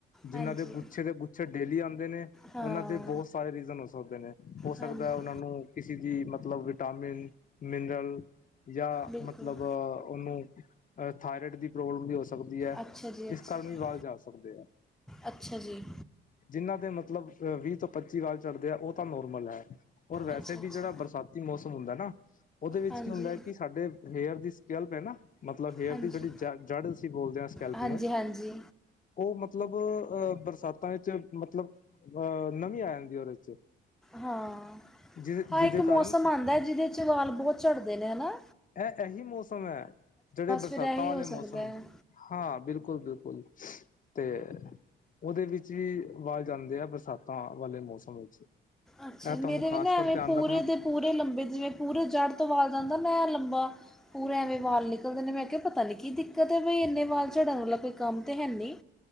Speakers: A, on the left (about 40°); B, in the centre.
A: ਜਿਹਨ੍ਹਾਂ
B: ਹਾਂਜੀ
A: ਦੇ ਗੁੱਛੇ ਦੇ ਗੁੱਛੇ ਡੇਲੀ ਆ। ਉ ਉਹਨਾਂ
B: ਹਾਂ
A: ਦੇ ਬਹੁਤ ਸਾਰੇ ਰੀਜ਼ਨ ਹੋ ਸਕਦੇ ਨੇ ਹੋ
B: ਹਾਂਜੀ
A: ਸਕਦਾ ਉਹਨਾਂ ਨੂੰ। ਕਿਸੇ ਚੀਜ਼ ਦੀ ਮਤਲਬ ਵਿਟਾਮਿਨ ਮਿਨਰਲ। ਜਾਂ
B: ਬਿਲਕੁਲ
A: ਮਤਲਬ ਉਹਨੂੰ। ਅ ਥਾਇਰਾਇਡ ਦੀ ਪ੍ਰੋਬਲਮ ਵੀ ਹੋ ਸਕਦੀ ਐ
B: ਅੱਛਾ ਜੀ
A: ਇਸ
B: ਅੱਛਾ
A: ਕਾਰਨ
B: ਜੀ
A: ਵੀ ਵਾਲ ਜਾ ਸਕਦੇ ਐ।
B: ਅੱਛਾ ਜੀ।
A: ਜਿਨ੍ਹਾਂ ਦੇ ਮਤਲਬ ਵੀਹ ਤੋਂ ਪੱਚੀ ਵਾਲ ਝੜ੍ਹਦੇ ਆ ਉਹ। ਤਾਂ ਨੋਰਮਲ ਐ ਔਰ ਵੈਸੇ
B: ਅੱਛਾ
A: ਵੀ
B: ਅੱਛਾ
A: ਜੇੜਾ ਬਰਸਾਤੀ ਮੌਸਮ ਹੁੰਦੈ ਨਾ। ਓਦੇ ਵਿੱਚ
B: ਹਾਂਜੀ
A: ਕੀ ਹੁੰਦੈ ਕੀ ਸਾਡੇ। ਹੇਅਰ ਦੀ ਸਕੈਲਪ ਐ ਨਾ ਮਤਲਬ ਹੇਅਰ
B: ਹਾਂਜੀ
A: ਦੀ ਜਿਹੜੀ ਜੜ ਅਸੀਂ ਬੋਲਦੇ ਆ ਸਕੈਲਪ
B: ਹਾਂਜੀ
A: ਨੂੰ।
B: ਹਾਂਜੀ
A: ਉਹ ਮਤਲਬ ਅਹ ਬਰਸਾਤਾਂ ਵਿੱਚ ਮਤਲਬ ਅਹ ਨਮੀ ਆ ਜਾਂਦੀ ਓਦੇ ਚ।
B: ਹਾਂ
A: ਜਿ ਜਿਹਦੇ
B: ਹਾਂ ਇੱਕ
A: ਕਾਰਨ
B: ਮੌਸਮ ਆਂਦਾ ਜਿਹਦੇ ਵਿੱਚ ਵਾਲ ਬਹੁਤ ਝੜਦੇ ਨੇ ਹਨਾਂ।
A: ਐ ਐਹੀ ਮੌਸਮ ਐ ਜੇੜੇ ਬਰਸਾਤਾਂ
B: ਫਿਰ ਇਹੀ
A: ਵਾਲੇ
B: ਹੋ ਸਕਦਾ
A: ਮੌਸਮ।
B: ਹੈ
A: ਹਾਂ ਬਿਲਕੁੱਲ-ਬਿਲਕੁੱਲ ਤੇ। ਓਦੇ ਵਿੱਚ ਵੀ ਵਾਲ ਜਾਂਦੇ ਆ ਬਰਸਾਤਾਂ ਵਾਲੇ ਮੌਸਮ ਵਿੱਚ।
B: ਅੱਛਾ
A: ਇਹ ਤੁਹਾਨੂੰ
B: ਮੇਰੇ
A: ਖ਼ਾਸ
B: ਵੀ ਨਾ
A: ਕਰ
B: ਐਵੇਂ
A: ਧਿਆਨ
B: ਪੂਰੇ
A: ਰੱਖਣਾ
B: ਦੇ। ਪੂਰੇ ਲੰਬੇ ਜਿਵੇਂ ਪੂਰੇ ਜੜ੍ਹ ਤੋਂ ਵਾਲ ਜਾਂਦਾ ਨਾ ਐਨ ਲੰਬਾ। ਪੂਰੇ ਐਵੇਂ ਵਾਲ ਨਿਕਲਦੇ ਨੇ ਮੈਂ ਕਿਹਾ ਪਤਾ ਨਹੀਂ ਕੀ ਦਿੱਕਤ ਹੈ ਬਈ ਇੰਨੇ ਵਾਲ ਝੜਨ ਵਾਲਾ ਕੋਈ ਕੰਮ ਤਾਂ ਹੈ ਨਹੀਂ।